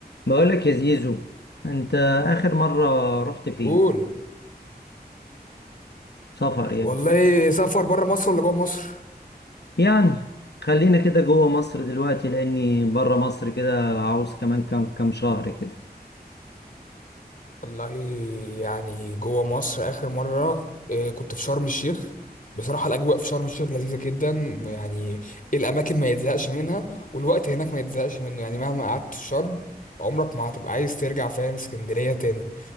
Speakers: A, on the left; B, on the left.
A: بقولك يا زيزو انت اخر مرة رحت فين
B: قول
A: سفر يعني
B: والله سافر بره مصر ولا جوه مصر
A: يعني خلينا كده جوه مصر دلوقتي لاني بره مصر كده عاوز كمان كام كام شهر كده
B: والله يعني جوه مصر اخر مره آه، كنت في شرم الشيخ بصراحه الاجواء في شرم الشيخ لذيذه جدا يعني الاماكن ما يتزهقش منها والوقت هناك ما يتزهقش منه يعني مهما قعدت في شرم عمرك ما هتبقى عايز ترجع فاهم اسكندريه تاني